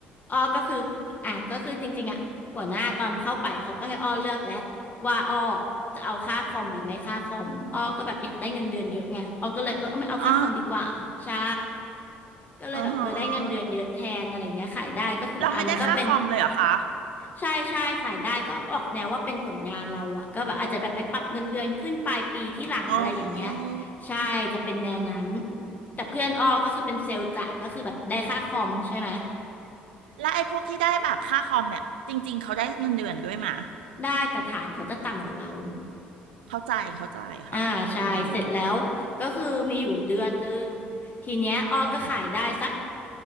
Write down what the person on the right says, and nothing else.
อ๋อ
อ๋อหือเราไม่ได้ค่าคอมเลยเหรอคะ
อ๋อ
แล้วไอ้พวกที่ได้แบบค่าคอมเนี่ยจริงๆเขาได้เงินเดือนด้วยมะ
เข้าใจเข้าใจค่ะอืม
อืม